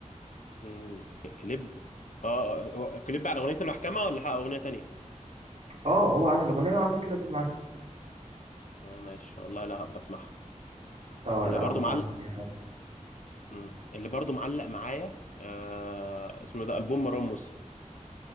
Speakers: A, on the left (about 70°); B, on the right (about 50°).
A: مم. ك- كليب اه هو كليب على اغنيه المحكمه ولا اغنيه تانية
B: اه هو عامل اغنيه وعامل كليب معاها
A: اه ماشي والله لا بسمعها
B: اه
A: اللي
B: لا
A: برضو
B: انصحك
A: معلق
B: بيها حلو
A: مم. اللي برضو معلق معايا آه اسمه ده البوم مروان موسى